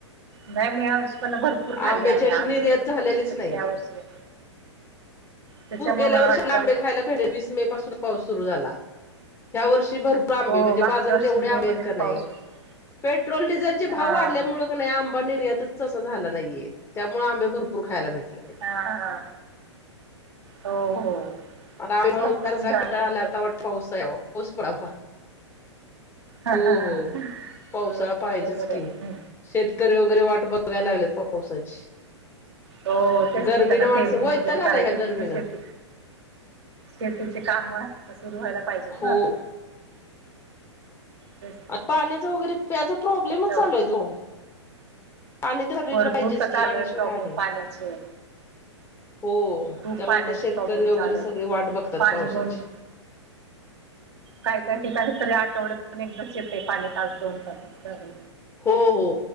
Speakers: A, on the right (about 65°); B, on the left (about 15°).
A: नाही मी या पण भरपूर खाल्ले
B: आंब्याची
A: आम्ही
B: अशी
A: आंबट
B: निर्यात
A: प्रत्येक
B: झालेलीच
A: वर्षी कक्ष
B: नाहीये
A: वर्षी. त्याच्यामुळे
B: पूर गेल्या
A: मला
B: वर्षी
A: वाटतं
B: लांबे खायला भेटले वीस मे पासून पाऊस सुरु झाला, या वर्षी भरपूर आंबे
A: हो
B: म्हणजे
A: मागच्या
B: बाजारात
A: वर्षी
B: एवढे
A: मे
B: आंब आहेत
A: मध्येच
B: का
A: पाऊस
B: नाही
A: होता
B: पेट्रोल डिझेलचे भाव
A: हा
B: वाढल्यामुळे नाही आंबा निर्यातच अस झाला नाहीये त्यामुळे आंबे भरपूर खायला भेटले.
A: हा हा, हो हो.
B: आम
A: स्वस्त
B: म्हणरकटला
A: पण जाम होत सगळं
B: आता वाट पाऊसवा पाऊस पडावा.
A: हा
B: हो
A: हा
B: हो
A: हा
B: पावसाळा
A: हो
B: पाहिजेच
A: बरोबर आहे
B: की. शेतकरी वगैरे वाट बघायला लागलेत पावसाची.
A: हो तेच
B: गरमीनं
A: ना त्यांना
B: माणसं
A: पेरणी
B: वैताग
A: वगैरे
B: आलाय
A: करायची
B: ह्या
A: असते
B: गरमीनं
A: ना शेती. शेतीचे काम अस सुरू व्हायला पाहिजेत
B: हो
A: ना आता. तेच ना
B: पाण्याचा वगैरे त्याचा प्रॉब्लेमच
A: तेव्हा
B: चालू आहे तो. पाणी तर सगळीकडे
A: भरपूर
B: पाहिजेच
A: का
B: की
A: चालोय
B: पाण्याशिवाय
A: प्रॉब्लेम
B: काय आहे
A: पाण्याचे
B: हो
A: खूप
B: त्यामुळे
A: पाण्याचे
B: आता शेतकरी
A: प्रॉब्लेम
B: वगैरे
A: चालू
B: सगळी वाट
A: आहेत
B: बघतात
A: पाणी
B: पावसाची
A: दोन <inaudible> काय काय ठिकाणी तरी आठवडतण एकदाचेते पाणी तास दोन तास असगैर.
B: हो हो